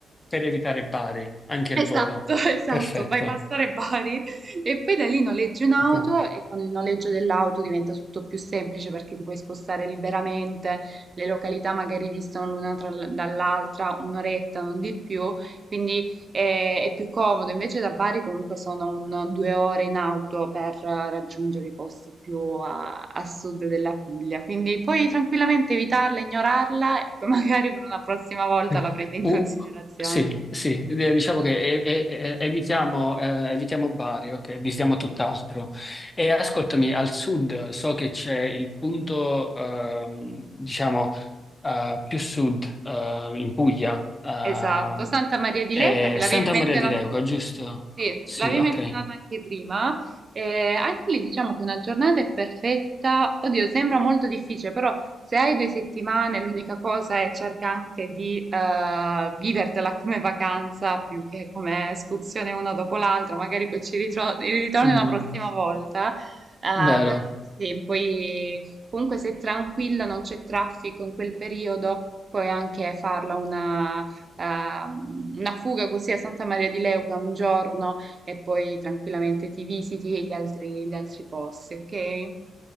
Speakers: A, on the left; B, on the right.
A: per evitare Bari, anche il
B: Esatto,
A: volo.
B: <laughs> esatto,
A: Perfetto.
B: vai passare Bari e poi da lì noleggi un'auto
A: Ok.
B: e con il noleggio dell'auto diventa tutto più semplice perché ti puoi spostare liberamente, le località magari distano l'una tra l- dall'altra un'oretta, non di più, quindi eh, è, più comodo. Invece da Bari comunque sono un, due ore in auto per eh, raggiungere i posti più a, a sud della Puglia, quindi puoi tranquillamente evitarla, ignorarla e poi <laughs> magari per una prossima volta
A: Mm.
B: la prendi in
A: Uh,
B: considerazione.
A: sì, sì, eh, diciamo che e- e- e- evitiamo, eh, evitiamo Bari, ok, evitiamo tutt'altro. E ascoltami, al sud so che c'è il punto, ehm, diciamo, eh, più sud, eh, in Puglia, ehm,
B: Esatto, Santa Maria di
A: è
B: Leu perché l'avevi
A: Santa
B: menzionata,
A: Maria di Leuca, giusto?
B: sì,
A: Sì,
B: l'avevi
A: ok.
B: menzionata anche prima. Eh, anche lì diciamo che una giornata è perfetta. Oddio, sembra molto difficile, però se hai due settimane, l'unica cosa è cerca anche di eh, vivertela come vacanza più che come escursione una dopo l'altra. Magari poi ci ritro- ritorni
A: Mm,
B: una prossima volta. Eh,
A: vero.
B: però sì, poi comunque se è tranquilla, non c'è traffico in quel periodo puoi anche farla una ehm, una fuga così a Santa Maria di Leuca un giorno e poi tranquillamente ti visiti gli altri, gli altri posti, ok?